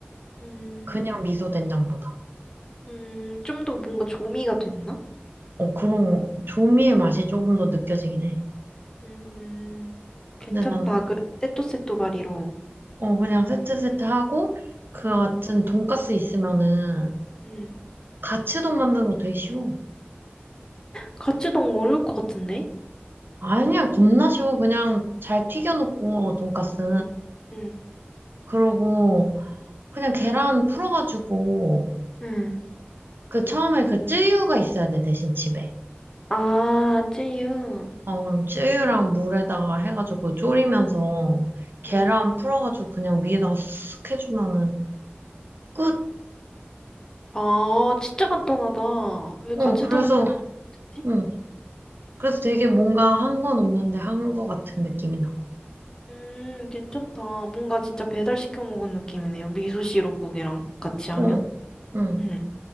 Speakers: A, on the left (about 15°); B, on the right (about 55°).
A: 음,
B: 그냥 미소 된장보다.
A: 음, 좀 더 뭔가 조미가 됐나?
B: 어 그런 거- 조미의 맛이 조금 더 느껴지긴 해.
A: 음,
B: 근데
A: 괜찮다.
B: 나는
A: 그, 세또세또 바리로.
B: 어 그냥 세트 세트 하고 그
A: 음,
B: 같은 돈가스 있으면은
A: 음.
B: 가츠동 만드는 거 되게 쉬워.
A: 같이 너무 어려울 것 같은데?
B: 아니야 겁나 쉬워. 그냥 잘 튀겨놓고 돈가스
A: 응, 응,
B: 그러고 그냥 계란 풀어가지고
A: 응.
B: 그 처음에 그 쯔유가 있어야 돼, 대신 집에.
A: 아, 쯔유.
B: 어, 그럼 쯔유랑 물에다가 해가지고 졸이면서 계란
A: 응.
B: 풀어가지고 그냥 위에다가 쓱 해주면은 끝.
A: 아, 진짜 간단하다. 왜
B: 어,
A: 같이
B: 그래서,
A: 동못했지
B: 응. 그래서 되게 뭔가 한 건 없는데 한 거 같은 느낌이 나.
A: 음, 괜찮다. 뭔가 진짜 배달시켜 먹은 느낌이네요. 미소 시럽국이랑 같이 하면.
B: 어, 응.
A: 음.